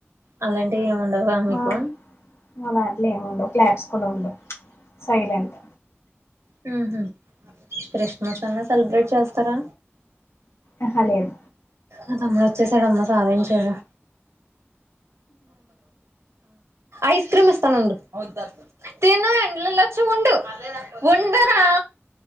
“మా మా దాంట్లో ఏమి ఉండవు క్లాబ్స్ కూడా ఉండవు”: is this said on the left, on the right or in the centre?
Left